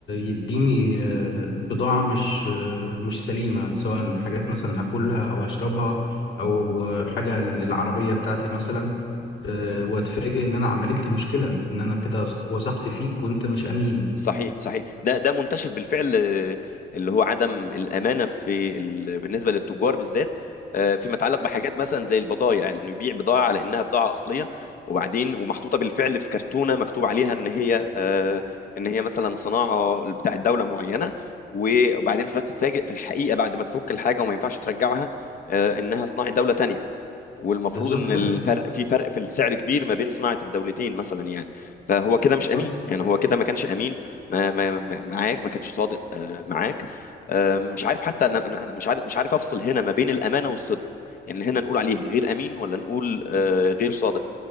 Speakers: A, on the left (about 70°); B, on the left (about 45°).
A: يديني آه، بضاعة مش آه، مش سليمة سواء حاجات مثلا هاكلها أو هشربها أو آه، حاجة للعربية بتاعتي مثلا آه، وأتفاجئ إن أنا عملت لي مشكلة إن أنا كده وثقت فيك وأنت مش أمين
B: صحيح صحيح ده ده منتشر بالفعل آه، اللي هو عدم الامانه في ال... بالنسبه للتجار بالذات آه، فيما يتعلق بحاجات مثلا زي البضائع انه يبيع بضاعه على انها بضاعه اصليه وبعدين ومحطوطه بالفعل في كرتونه مكتوب عليها ان هي آه، ان هي مثلا صناعه بتاع دوله معينه وبعدين حضرتك تتفاجئ في الحقيقه بعد ما تفك الحاجه وما ينفعش ترجعها آه، انها صناعه دوله تانية والمفروض
A: بالظبط
B: ان
A: كده
B: الفرق في فرق في السعر كبير ما بين صناعه الدولتين مثلا يعني فهو كده مش امين
A: بالظبط
B: يعني هو كده ما كانش امين ما ما ما- معاك ما كانش صادق آه، معاك آه، مش عارف حتى انا أنا- أنا مش عارف مش عارف افصل هنا ما بين الامانه والصدق يعني هنا نقول عليه غير امين ولا نقول آه، غير صادق